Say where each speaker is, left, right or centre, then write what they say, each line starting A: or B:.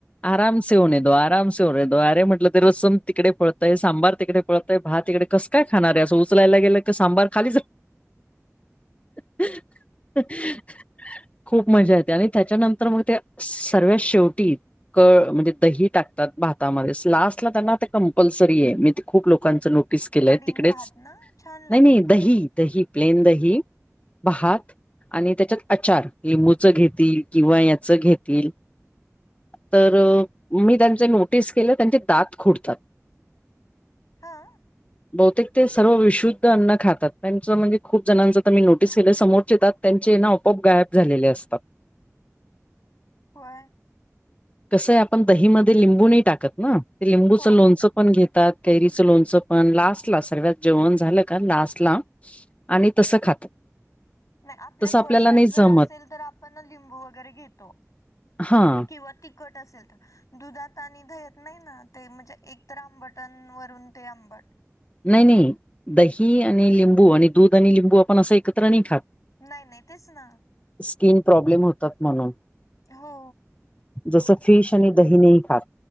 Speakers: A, on the left; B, on the left.
A: आराम से होने दो आराम से होने दो अरे म्हटलं त रसम तिकडे पळतय सांबार तिकडे पळतय भात तिकडे कसं काय खाणार आहे असं उचलायला गेलं क सांबार खालीच <unintelligible> खूप मजा येते आणि त्याच्यानंतर मग त्या सर्वात शेवटी. कळ म्हणजे दही टाकतात भातामध्ये लास्टला त्यांना ते कंपल्सरी आहे मी ते खूप लोकांच नो केलंय
B: कडीन
A: तिकडेच
B: भात ना छान लागत
A: नाही नाही
B: ते
A: दही दही प्लेन दही भात. आणि त्याच्यात आचार लिंबूचं घेतील किंवा याचं घेतील. तर मी त्यांचे नोटीस केलं त्यांचे दात खुडतात.
B: हा.
A: बहुतेक ते सर्व विशुद्ध अन्न खातात त्यांच म्हणजे खूप जणांच तर मी नोटीस केलं समोरचे दात त्यांचे ना आपोआप गायब झालेले असतात.
B: होय.
A: कसंय आपण दहीमध्ये लिंबू नाही टाकत ना ते लिंबूचं
B: हो
A: लोणचं
B: हो
A: पण घेतात कैरीचं लोणचं पण लास्ट ला सर्वात जेवण झालं का लास्ट ला आणि तसं खातात
B: नाही आपल्यात
A: तसं
B: वशाट
A: आपल्याला नाही
B: जर
A: जमत
B: असेल तर आपण लिंबू वगैरे घेतो
A: हा
B: किंवा तिकट असेल तर दुधात आणि दह्यात नाही ना ते म्हणजे एकतर आंबट अन वरून ते आंबट.
A: नाही नाही दही आणि लिंबू आणि दूध आणि लिंबू आपण असं एकत्र नाही खात.
B: नाही नाही तेच ना.
A: स्किन प्रॉब्लेम होतात म्हणून.
B: हो
A: जसं फिश आणि दही नाही खात.